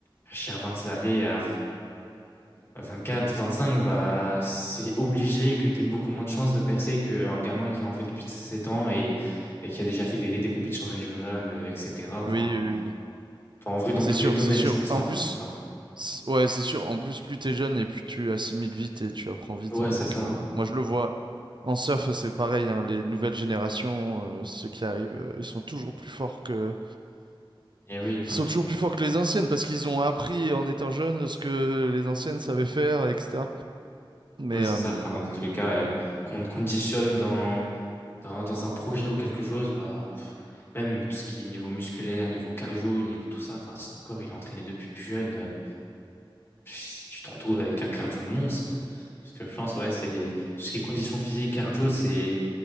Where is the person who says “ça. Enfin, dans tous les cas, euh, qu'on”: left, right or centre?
Left